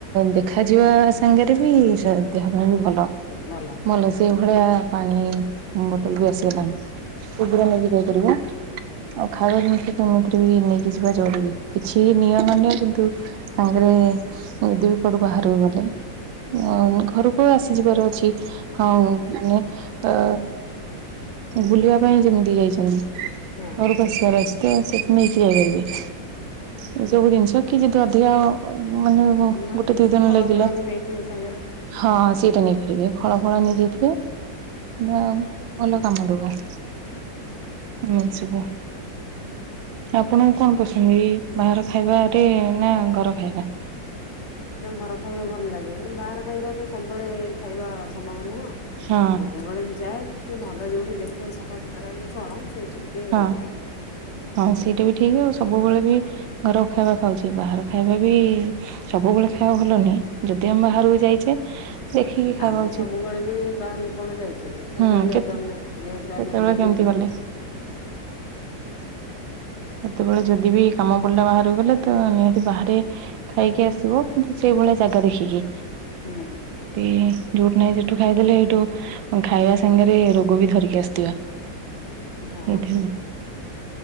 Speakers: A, on the right (about 85°); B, on the left (about 45°).
A: ଦେ ଖାଇ ଯିବା ସାଙ୍ଗରେ ବି ସେ ଦେହ ପାଇଁ ବି ଭଲ
B: ଭଲ
A: ଭଲସେ। ସେଇଭଳିଆ ପାଣି ବୋଟଲ ବି ଆସିଗଲାଣି ଖୁସିରେ ନେଇକି ଯାଇ ପାରିବ। ଆଉ ଖାଇବା ଜିନିଷ କେମିତିରେ ବି ନେଇକି ଯିବା ଜରୁରୀ। କିଛି ନିଅ ନ ନିଅ କିନ୍ତୁ ସାଙ୍ଗରେ ଯଦି ବି କୁଆଡୁ ବାହାରକୁ ଗଲେ। ହ ଘରକୁ ଆସିଯିବାର ଅଛି ହଁ ମାନେ ଅ ବୁଲିବା ପାଇଁ ଯେମିତି ଯାଇଛନ୍ତି
B: ହଁ
A: ଘରକୁ ଆସିବାର ଅଛି ତ ସେଠି ନେଇକି ଯାଇପାରିବେ। ଏଇ ସବୁ ଜିନିଷ କି ଯଦି ଅଧିକା ମାନେ
B: ନହେଲେ
A: ଗୋଟେ
B: କିଛି
A: ଦି ଦିନ
B: ଫଳମୂଳ
A: ଲାଗିଲା
B: ବି ନେଇଥିବେ ସାଙ୍ଗରେ
A: ହଁ ସେଇଟା ନେଇପାରିବେ ଫଳ ଫଳ ନେଇଯାଇଥିବେ। ନା ଭଲ କାମ ଦବ। ଏମିତି ସବୁ ଆପଣଙ୍କୁ କଣ କରୁଚନ୍ତି। ବାହାର ଖାଇବାରେ ନା ଘର ଖାଇବା।
B: ଘର ଖାଇବା ଭଲ ଲାଗେ ବାହାର ଖାଇବା ତ ସବୁବେଳେ ଖାଇବା ସମ୍ଭବ ନୁହଁ।
A: ହଁ।
B: ସେତବେଳେ ବି ଯାଏ ଟିକେ ଭଲ ଯୋଉଠି ଦେଖେ ସଫାସୁତୁରା କି କଣ ସେଇଠି ଟିକେ
A: ହଁ
B: ଖାଏ।
A: ହଁ ସେଇଟା ବି ଠିକ୍ ଆଉ ସବୁବେଳେ ବି ଘର ଖାଇବା ଖାଉଛି ବାହାର ଖାଇବା ବି ସବୁବେଳେ ଖାଇବାକୁ ଭଲନି ଯଦି ଆମେ ବାହାରକୁ ଯାଇଛେ ଦେଖିକି ଖାଇବା
B: ଆମେ
A: ଉଚିତ
B: ସବୁବେଳେ ବି ବାହାରକୁ କଣ ଯାଉଛେ ସବୁବେଳେ
A: ହୁଁ
B: ଯାଇପାରୁନାହିଁ
A: କେତେ
B: ଯେହେତୁ
A: କେତେବେଳେ
B: ଆମେ ଗୃହିଣୀ।
A: କେମିତି ଗଲେ ସେତେବେଳେ ଯଦି ବି କାମ ପଡିଲା ବାହାରକୁ ଗଲେ ତ ନିହାତି ବାହାରେ ଖାଇକି ଆସିବ କିନ୍ତୁ ସେଇଭଳିଆ ଜାଗା ଦେଖିକି।
B: ହୁଁ।
A: ଯୋଉଠୁ ନାହିଁ ସେଠୁ ଖାଇଦେଲେ ସେଇଠୁ ଖାଇବା ସାଙ୍ଗରେ ରୋଗ ବି ଧରିକି ଆସିଥିବା।
B: ହଁ।
A: ଏଇଠି ହେଲା